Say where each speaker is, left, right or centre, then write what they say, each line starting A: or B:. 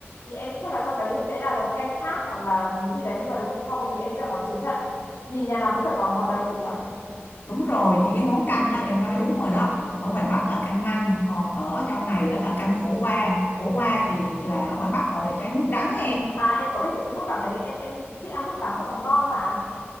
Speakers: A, on the left; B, on the left.
A: Thì em nghĩ chắc là trong đấy thì sẽ là canh khác hoặc là cái gì đấy nhưng mà đúng thịt kho vì em nghĩ là món chính thật. Nhìn nhà nào cũng phải có món đấy chị nhỉ.
B: đúng rồi thì cái món canh đó là em nói đúng rồi đó ở ngoài Bắc là canh măng còn ở trong này á, là canh khổ qua khổ qua thì là ở ngoài Bắc gọi là trái mướp đắng á em
A: À em có biết cái thứ mực đắng đấy, em em thích ăn mực đắng và món ngon mà.